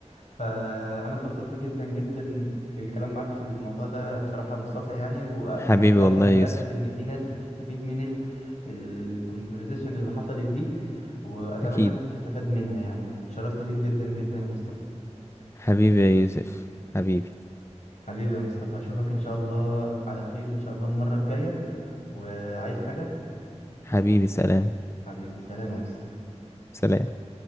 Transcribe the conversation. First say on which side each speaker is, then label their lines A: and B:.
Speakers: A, on the left; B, on the left.
A: فأنا اتبسطت جدا جدا بالكلام معاك في الموضوع ده بصراحة يا مصطفى يعني وأنا
B: حبيبي
A: متأكد
B: والله
A: متأكد
B: يا يوسف
A: إن في ناس هتستفيد من الكونفرزيشن اللي حصلت دي وأتمنى
B: اكيد
A: الناس تستفاد منها يعني واتشرفت بيك جدا جدا يا مصطفى
B: حبيبي يا يوسف حبيبي
A: حبيبي يا مصطفى أشوفك إن شاء الله على خير إن شاء الله المرة الجاية وعايز حاجة
B: حبيبي سلام
A: حبيبي سلام يا مصطفى
B: سلام